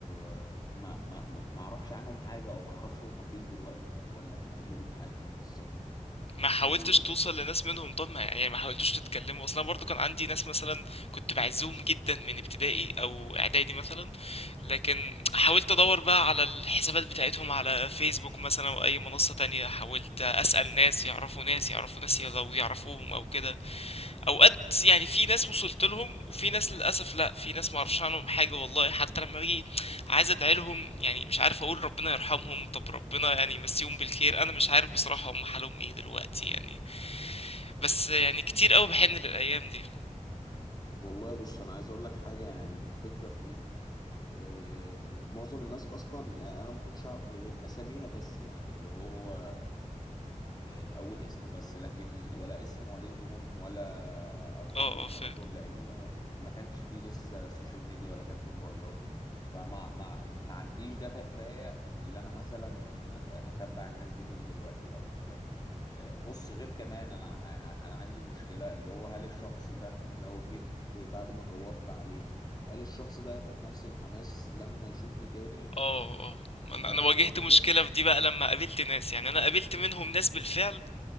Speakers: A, on the left; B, on the left.
A: آه، ما ما ما اعرفش عنهم حاجة او ما اعرفش هما فين دلوقتي في- ولا بيعملوا ايه في حياتهم بالظبط
B: ما حاولتش
A: و...
B: توصل لناس منهم طب ما يعني ما حاولتوش تتكلموا أصلا برضو كان عندي ناس مثلا كنت بعزهم جدا من ابتدائي أو إعدادي مثلا لكن حاولت أدور بقى على الحسابات بتاعتهم على فيسبوك مثلا أو أي منصة تانية حاولت أسأل ناس يعرفوا ناس يعرفوا ناس لو يعرفوهم أو كده اوقات يعني في ناس وصلت لهم وفي ناس للاسف لا في ناس ما اعرفش عنهم حاجه والله حتى لما باجي عايز ادعي لهم يعني مش عارف اقول ربنا يرحمهم طب ربنا يعني يمسيهم بالخير انا مش عارف بصراحه هم حالهم ايه دلوقتي يعني بس يعني كتير قوي بحن للايام دي
A: والله بص انا عايز اقول لك حاجه يعني الفكره في ايه إيه، معظم الناس اصلا يعني انا ما كنتش اعرف غير اساميها بس يعني اللي هو آه، اول اسم بس لكن ولا اسم والدهم ولا ارقام
B: اه
A: تليفوناتهم
B: اه فاهم
A: لان ما كانش فيه لسه سوشيال ميديا ولا كان فيه موبايلات فما ما ما عنديش داتا كفايه اللي انا مثلا اتتبع الناس دي فين دلوقتي او كده آه، بص غير كمان انا انا عندي مشكله اللي هو هل الشخص ده لو جيت بعد ما دورت عليه هل الشخص ده يبقى بنفس الحماس لما يشوفني تاني
B: اه اه ما
A: ما
B: انا انا واجهت
A: ما افتكرش
B: مشكله في دي بقى لما قابلت ناس يعني انا قابلت منهم ناس بالفعل